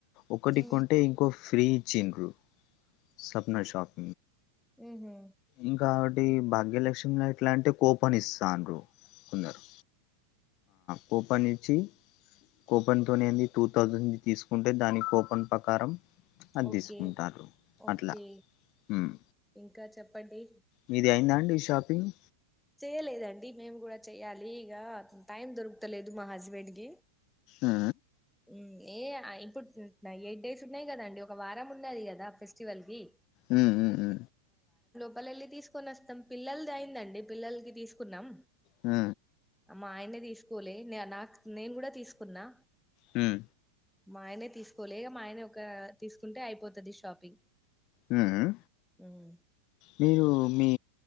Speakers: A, on the left; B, in the centre.
A: ఒకటి
B: ఉ
A: కొంటే ఇంకోటి ఫ్రీ ఇచ్చిండ్రు. సప్న షాప్
B: ఉహు
A: ఇంకోటి భాగ్యలక్ష్మి అంటే కూపన్ ఇస్తాండ్రు కొందరు. కూపానిచ్చి కూపన్ తోనేంది టూ థౌజండ్ తీసుకుంటే, దాని కూపన్ ప్రకారం అది
B: ఓకే.
A: తీసుకుంటారు
B: ఓకే.
A: అట్లా ఉమ్
B: ఇంకా చెప్పండి.
A: మీది అయిందా షాపింగ్
B: చెయలేదండి. మేము కూడా చెయ్యాలి. ఇక టైం దొరుకుతలేదు మా హస్బెండ్ కి.
A: ఆ
B: ఉమ్ ఏ ఇప్పుడు ఎయిట్ డేస్ ఉన్నాయి కదండి. ఒక వారం ఉన్నది కదా ఫెస్టివల్ కి.
A: ఉ ఉ ఊ
B: పలెళ్ళి తీసుకొని వస్తాం పిల్లది అయిందండి. పిల్లలకి తీసుకున్నాం.
A: మ్
B: మా ఆయన తీసుకోలే, నాకు నేను కూడా తీసుకున్నా.
A: మ్
B: మా ఆయనే తీసుకోలే, మా ఆయనే ఒక తీసుకుంటే అయిపోతాది షాపింగ్.
A: మ్,
B: ఉమ్
A: మీరు మీ